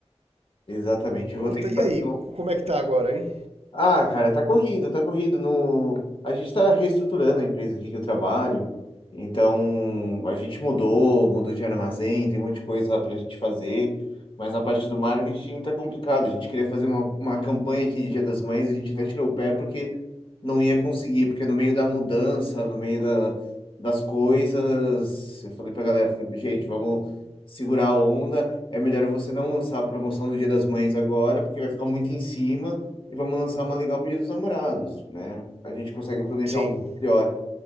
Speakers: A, on the left (about 50°); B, on the right (about 65°).
A: exatamente. Eu
B: Puta,
A: vou ter que
B: e
A: fazer.
B: aí, como é que tá agora, hein?
A: Ah, cara, tá corrido, tá corrido. No... A gente tá reestruturando a empresa aqui que eu trabalho. Então, a gente mudou, mudou de armazém, tem um monte de coisa pra gente fazer. Mas a parte do marketing tá complicado. A gente queria fazer uma, uma campanha aqui de Dia das Mães, a gente até tirou o pé porque não ia conseguir, porque no meio da mudança, no meio da, das coisas, eu falei pra galera, falei, gente, vamos segurar a onda. É melhor você não lançar a promoção do Dia das Mães agora, porque vai ficar muito em cima e vamos lançar uma legal pro Dia dos Namorados, né? A gente consegue planejar
B: Sim.
A: um pouco melhor,